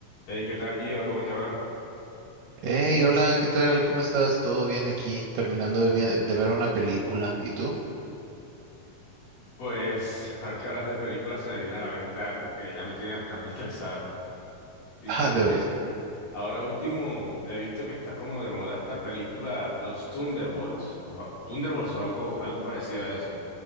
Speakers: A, on the left; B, on the right.
A: Hey, ¿qué tal, Gio? ¿Cómo te va?
B: Hey, hola, ¿qué tal? ¿Cómo estás? ¿Todo bien aquí? Terminando de, vi- de ver una película. ¿Y tú?
A: Pues ahora que hablas de películas se me viene a la mente algo que ya me tiene bastante <laughs> estresado. Literal.
B: <laughs> Ah, de verdad.
A: Ahora último he visto que está como de moda esta película Los Thunderbolts. o- Thunderbolts o algo, algo parecido a eso.